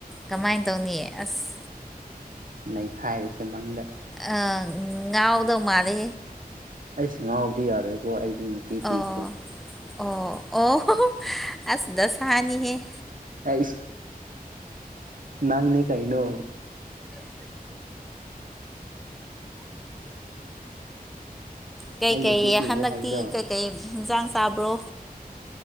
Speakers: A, in the centre; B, on the right.
A: ꯀꯃꯥꯏꯅ ꯇꯧꯅꯤꯌꯦ ꯑꯁ
B: ꯅꯩꯈꯥꯏꯔꯤꯁꯦ ꯃꯪꯗ
A: ꯑ ꯉ ꯑꯣꯗꯣ ꯃꯥꯗꯦ
B: ꯑꯩ ꯁꯤ ꯉꯥꯎꯕꯗꯤ ꯌꯥꯔꯣꯏꯀꯣ ꯑꯩꯗꯤ ꯅꯨꯄꯤ ꯊꯤꯈ꯭ꯔꯦ
A: ꯑꯣ ꯑꯣ ꯑꯣ ꯑꯁ ꯗ ꯁꯍꯥꯅꯤ ꯍꯦ
B: ꯑꯩ ꯅꯪꯅꯦ ꯀꯥꯏꯅꯣ
A: ꯀꯩꯀꯩ
B: ꯑꯩ ꯅꯨꯄꯤ ꯊꯤꯔꯦ
A: ꯍꯟꯗꯛꯇꯤ
B: ꯍꯥꯏꯕꯗꯣ
A: ꯀꯩꯀꯩ ꯍꯟꯁꯥꯡ ꯆꯥꯕ꯭ꯔꯣ